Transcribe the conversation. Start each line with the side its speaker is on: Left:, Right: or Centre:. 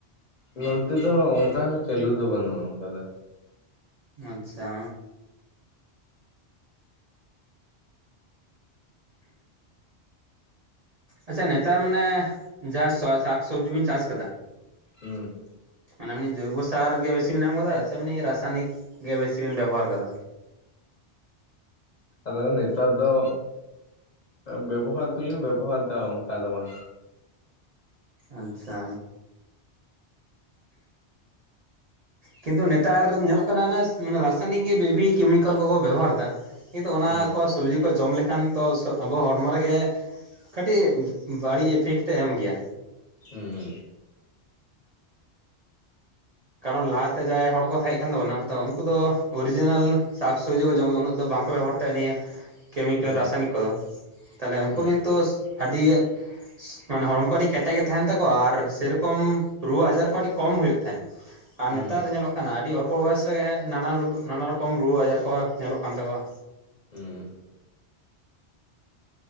Left: ᱱᱚᱱᱛᱮ ᱫᱚ ᱚᱝᱠᱟ ᱦᱚᱸ ᱪᱟᱹᱞᱩ ᱫᱚ ᱵᱟᱹᱱᱩᱜᱼᱟ ᱚᱝᱠᱟ ᱫᱚ
Right: ᱟᱪᱪᱷᱟ ᱟᱪᱪᱷᱟ ᱱᱮᱛᱟᱨ ᱢᱟᱱᱮ ᱡᱟ ᱥᱚᱣᱟ ᱥᱟᱠᱥᱚᱵᱽᱡᱤ ᱵᱤᱱ ᱪᱟᱥ ᱠᱟᱫᱟ
Left: ᱦᱩᱸ
Right: ᱚᱱᱟ ᱮᱢᱱᱳ ᱡᱚᱭᱵᱳ ᱥᱟᱨ ᱜᱮ ᱵᱤᱥᱤ ᱵᱮᱱ ᱮᱢ ᱠᱟᱫᱟ ᱥᱮ ᱮᱢᱱᱤ ᱨᱟᱥᱟᱭᱚᱱᱤᱠ ᱜᱮ ᱵᱮᱥᱤ ᱵᱮᱱ ᱵᱮᱵᱚᱦᱟᱨ ᱠᱟᱫᱟ
Left: ᱟᱫᱚ ᱱᱮᱛᱟᱨ ᱫᱚ ᱵᱮᱵᱚᱦᱟᱨ ᱫᱚᱞᱤᱧ ᱵᱮᱵᱚᱦᱟᱨ ᱫᱟ ᱚᱝᱠᱟ ᱫᱚ ᱵᱟᱝ
Right: ᱟᱪᱪᱷᱟ ᱠᱤᱱᱛᱩ ᱱᱮᱛᱟᱨ ᱧᱮᱞᱚᱜ ᱠᱟᱱᱟ ᱚᱱᱮ ᱨᱟᱥᱟᱭᱚᱱᱤᱠ ᱜᱮ ᱵᱮᱵᱤ ᱠᱮᱢᱤᱠᱮᱞ ᱠᱚᱠᱚ ᱵᱮᱵᱚᱦᱟᱨ ᱮᱫᱟ ᱠᱤᱱᱛᱩ ᱚᱱᱟ
Left: ᱦᱩᱸ
Right: ᱠᱚ ᱥᱚᱵᱽᱡᱤ ᱠᱚ ᱡᱚᱢ ᱞᱮᱠᱷᱟᱱ ᱛᱚ ᱟᱵᱚ ᱦᱚᱲᱢᱚ ᱨᱮᱜᱮ ᱠᱟᱹᱴᱤᱡ ᱵᱟᱹᱲᱤᱡ ᱤᱯᱷᱮᱠᱴ ᱛᱚᱭ ᱮᱢ ᱜᱮᱭᱟ
Left: ᱦᱩᱸ
Right: ᱠᱟᱨᱚᱱ ᱞᱟᱦᱟᱛᱮ ᱡᱟᱦᱟᱸᱭ ᱦᱚᱲ ᱠᱚ ᱛᱟᱦᱮᱸ ᱠᱟᱱ ᱛᱟᱵᱚᱱᱟ ᱛᱚ ᱩᱱᱠᱩ ᱫᱚ ᱚᱨᱤᱡᱤᱱᱮᱞ ᱥᱟᱠ ᱥᱚᱵᱽᱡᱤ ᱠᱚ ᱡᱚᱢ ᱩᱱᱟᱹᱜ ᱫᱚ ᱵᱟᱝᱠᱚ ᱵᱮᱵᱚᱦᱟᱨ ᱛᱚ, ᱱᱤᱭᱟᱹ ᱠᱮᱢᱤᱠᱮᱞ
Left: ᱦᱩᱸ
Right: ᱨᱟᱥᱟᱭᱚᱱᱤᱠ ᱠᱚᱫᱚ ᱛᱟᱦᱞᱮ ᱩᱱᱠᱩ
Left: ᱦᱩᱸ
Right: ᱠᱤᱱᱛᱩ ᱟᱹᱰᱤ ᱢᱟᱱᱮ ᱦᱚᱲᱢᱚ ᱠᱚ ᱟᱹᱰᱤ ᱠᱮᱴᱮᱡ ᱜᱮ ᱛᱟᱦᱮᱱ ᱛᱟᱠᱚᱣᱟ ᱟᱨ ᱥᱮᱨᱚᱠᱚᱢ ᱨᱩᱣᱟᱹ ᱟᱡᱟᱨ ᱠᱚ ᱟᱹᱰᱤ ᱠᱚᱢ ᱦᱩᱭᱩᱜ ᱛᱟᱦᱮᱸᱫ ᱟᱨ
Left: ᱦᱩᱸ
Right: ᱱᱮᱛᱟᱨ ᱧᱮᱞᱚᱜ ᱠᱟᱱᱟ ᱟᱹᱰᱤ ᱚᱞᱯᱚ ᱵᱚᱭᱮᱥ ᱨᱮᱜᱮ ᱱᱟᱱᱟ ᱨᱚ ᱱᱟᱱᱟ ᱨᱚᱠᱚᱢ ᱨᱩᱣᱟᱹ ᱟᱡᱟᱨ ᱠᱚ ᱧᱮᱞᱚᱜ ᱠᱟᱱ ᱛᱟᱠᱚᱣᱟ᱾
Left: ᱦᱩᱸ